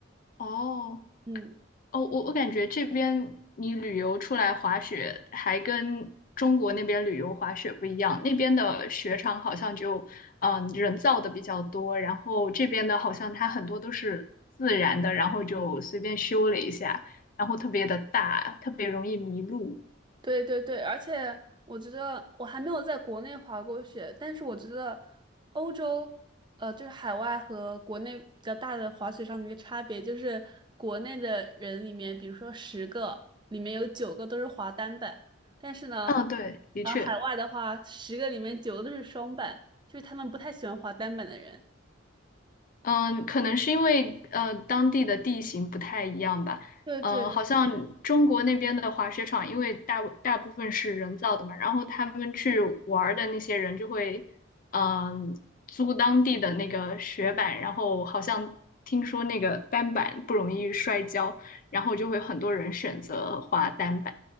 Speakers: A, on the left; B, on the right.
A: 哦，
B: 嗯。
A: 哦，我我感觉这边你旅游出来滑雪，还跟中国那边旅游滑雪不一样。那边的雪场好像就，嗯、人造的比较多，然后这边的好像它很多都是自然的，然后就随便修了一下，然后特别的大，特别容易迷路。
B: 对对对，而且我觉得我还没有在国内滑过雪，但是我觉得欧洲，呃，就是海外和国内比较大的滑雪上的一个差别，就是国内的人里面，比如说十个里面有九个都是滑单板，但是呢，
A: 嗯，对，的确。
B: 呃，海外的话，十个里面九个都是双板，就是他们不太喜欢滑单板的人。
A: 嗯，可能是因为呃当地的地形不太一样吧。
B: 对对，
A: 呃，好像中国那边的滑雪场，因为大大部分是人造的嘛，然后他们去玩儿的那些人就会，嗯、租当地的那个雪板，然后好像听说那个单板不容易摔跤，然后就会很多人选择滑单板。